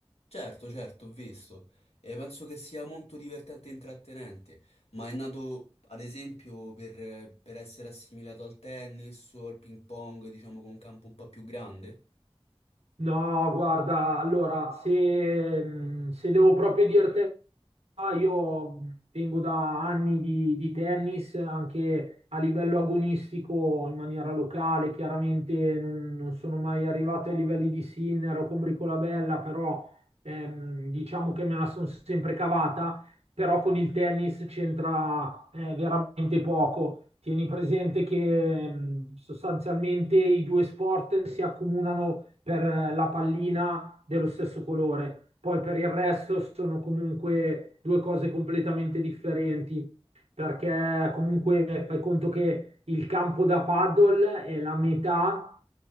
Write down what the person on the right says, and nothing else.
No, guarda, allora, se, mh, se devo proprio dirti, ah, io vengo da anni di, di tennis, anche a livello agonistico, in maniera locale, chiaramente non, non sono mai arrivato ai livelli di Sinner o con Bricolabella, però ehm, diciamo che me la sono sempre cavata però con il tennis c'entra eh, veramente poco. Tieni presente che mh, sostanzialmente i due sport si accomunano per eh, la pallina dello stesso colore, poi per il resto sono comunque due cose completamente differenti, perché comunque fai conto che il campo da paddle è la metà